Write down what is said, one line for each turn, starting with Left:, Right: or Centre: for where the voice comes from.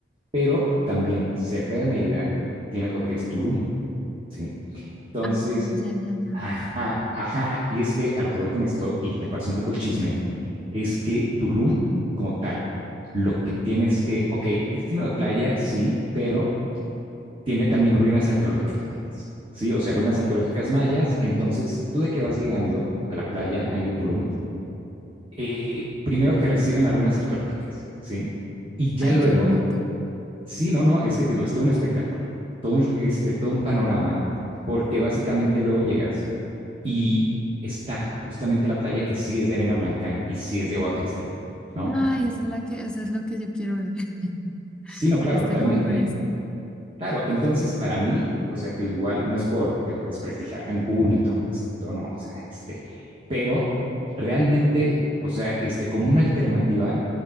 Right: pero también cerca de Mérida tienes lo que es Tulum, ¿sí? Entonces,
Centre: Ah, ya, ya, ya.
Right: ajá, ajá, y es que a lo que voy con esto, y te paso un poco el chisme, es que Tulum como tal, lo que tienes que, ok, destino de playa, sí, pero tiene también ruinas arqueológicas mayas, ¿sí? O sea, ruinas arqueológicas mayas. Entonces, tú de que vas llegando a la playa ahí de Tulum, eh, primero te reciben las ruinas arqueológicas, ¿sí? Y ya
Centre: Ay,
Right: luego,
Centre: qué bonito.
Right: sí, no, no, es que tío, es todo un espectáculo, todo un, este, todo un panorama, porque básicamente luego llegas y está justamente la playa que sí es de arena blanca y sí es de agua cristalina, ¿no?
Centre: Ay, esa es la que, o sea, es lo que yo quiero ver. <laughs>
Right: Sí, no, claro,
Centre: Estoy
Right: totalmente.
Centre: como con eso.
Right: Claro, entonces para mí, o sea, te digo, igual no es por te digo, desprestigiar Cancún y todo esto, no, o sea, este, pero realmente, o sea, este, como una alternativa,